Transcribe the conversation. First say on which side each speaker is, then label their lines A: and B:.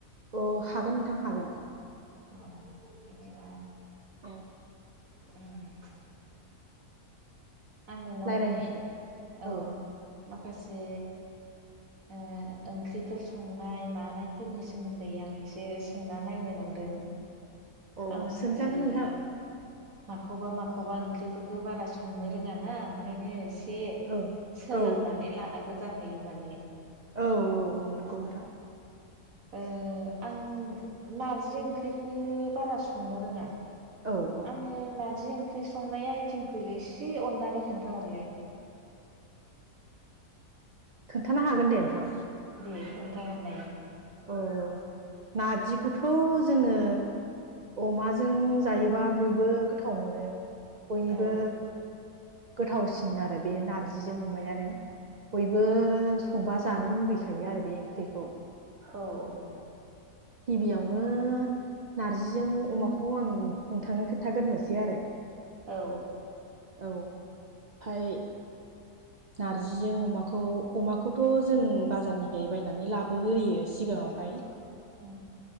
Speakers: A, on the right; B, on the right.
A: अ हागोन नोंथां हागोन।
B: अह बिदिबा
A: <unintelligible>
B: <unintelligible> आं नोंनावहाय
A: रायज्लायनो हागोन
B: अ
A: औ
B: माखासे ओ ओंख्रिफोर संनाय मानायफोरनि सोमोन्दै आं एसे सोंना नायनो नायनो नं दों
A: अ
B: आंबो
A: सोंजागोन नोंथां
B: माखौबा माखौबा ओंख्रिफोरखौ बारा संनो रोङाना ओंखायनो ए से
A: औ
B: सोलोंनानै
A: औ
B: लानांगौ जाहैयो माने
A: औ औ औ नोंगौ नोंथां
B: ओ आं नारजि ओंख्रिखो बारा संनो रोङा
A: औ औ
B: आंनो नारजि ओं बि संनाय आइटेमखो एसे अननानै खोन्थाहरलाय <inaudible>
A: थानो हागोन दे नोंथां
B: दे खोन्थाहरनाय
A: अह नारजिखौथ' जोङो अमाजों जायोबा बयबो गोथाव मोनो बयनिबो
B: औ
A: गोथावसिन आरो बे नारजिजों अमायानो बयबो संबा जानो लुगैखायो आरो बे ओंख्रिखौ
B: औ
A: गिबियावनो नारजिजों अमाखौ आं नोंथांनो खोन्थागोरसै आरो
B: औ
A: औ ओमफ्राय नार्जिजों अमाखौ अमाखौथ' जों बाजारनिफ्राय बायनानै लाबो होयो सिगांङाव फाय
B: ओ